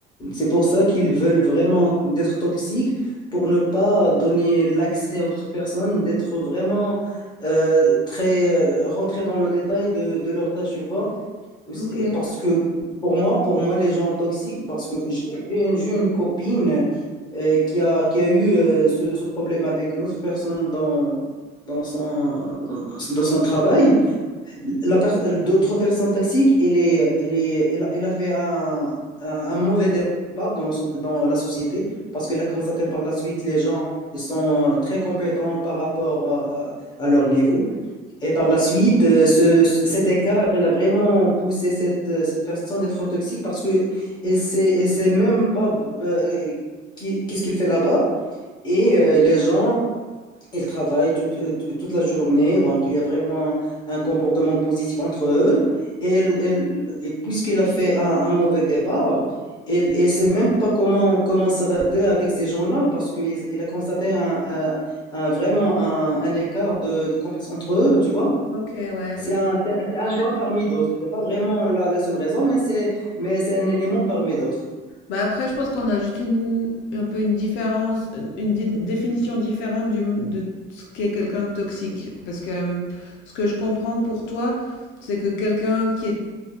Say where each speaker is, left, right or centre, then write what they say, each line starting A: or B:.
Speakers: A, on the left; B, on the left.
A: C'est pour ça qu'ils veulent vraiment d'être toxiques pour ne pas donner l'accès aux autres personnes, d'être vraiment euh, très euh, rentrés dans le détail de, de leur tâche, tu vois. Aussi,
B: Ok.
A: euh, Parce que pour moi, pour moi, les gens toxiques, parce que j'ai j'ai une, j'ai une copine euh, qui a, qui a eu euh, ce, ce problème avec une autre personne dans, dans son, dans dans son travail. La per- D'autres personnes toxiques, elle est, elle est, elle a, elle a fait un, un, un mauvais départ dans la, so- dans la société parce qu'elle a constaté par la suite les gens ils sont euh, très compétents par rapport à, à- à leur niveau. Et par la suite, euh, ce, cet écart, elle a vraiment poussé cette, euh, cette personne d'être toxique parce que elle sait, elle sait même pas euh, qui- qu'est-ce qu'il fait là-bas. Et euh, les gens ils travaillent tout- euh, tout- toute la journée, donc il y a vraiment un comportement positif entre eux. Et, elle- elle- et puisqu'il a fait un, un mauvais départ, elle ne sait même pas comment, comment s'adapter avec ces gens-là, parce qu'il a constaté un, un- un- vraiment un, un écart de, de compétences entre eux, tu vois.
B: OK, ouais,
A: C'est
B: je
A: un, c'est, un c'est un
B: ouais.
A: choix parmi d'autres. C'est pas vraiment la, la seule raison, mais c'est, mais c'est un élément parmi d'autres.
B: Bah, après, je pense qu'on a juste une un peu une différence, une une dé- définition différente du de ce qu'est quelqu'un de toxique. Parce que hum, ce que je comprends pour toi, c'est que quelqu'un qui est,